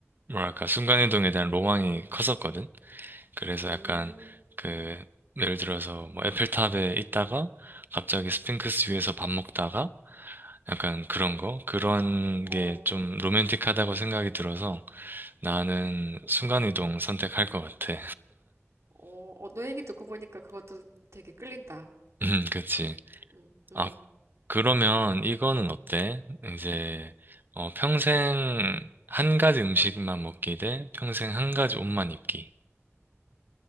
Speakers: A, on the right; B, on the right.
A: 뭐랄까 순간이동에 대한 로망이 컸었거든. 그래서
B: 음,
A: 약간 그 예를 들어서 뭐 에펠탑에 있다가 갑자기 스핑크스 위에서 밥 먹다가 약간 그런 거 그런
B: 어,
A: 게 좀 로맨틱하다고 생각이 들어서 나는 순간이동 선택할 것 같아.
B: 어, 어, 너 얘기 듣고 보니까 그것도 되게 끌린다.
A: <laughs> 음, 그치.
B: 음, 음,
A: 아, 그러면 이거는 어때? 이제 어, 평생 한 가지 음식만 먹기 대 평생 한 가지 옷만 입기.